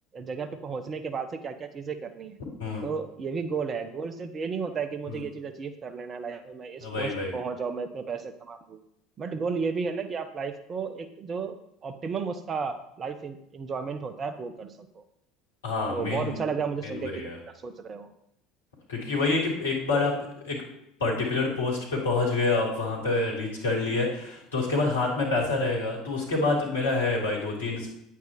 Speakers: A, on the right; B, on the left.
A: जगह पे पहुंचने के बाद से क्या क्या चीजें करनी है
B: हम्म
A: तो ये भी गोल है गोल सिर्फ ये नहीं होता है कि मुझे
B: हम्म
A: ये चीज अचीव कर लेना है लाइफ में मैं इस
B: वही
A: पोस्ट
B: वही
A: पे पहुंच जाऊं मैं इतने पैसे कमा लूं बट गोल ये भी है ना कि आप लाइफ को एक जो ऑप्टिमम उसका लाइफ एंजॉयमेंट होता है वो कर सको
B: हाँ
A: तो
B: मेन
A: बहुत अच्छा लगा मुझे
B: मेन
A: सुन के
B: वही
A: कि
B: है
A: तुम इतना सोच रहे हो
B: क्योंकि वही है कि एक बार आप एक पर्टिकुलर पोस्ट पे पहुंच गए आप वहाँ पे रीच कर लिए तो उसके बाद हाथ में पैसा रहेगा तो उसके बाद मेरा है भाई दो तीन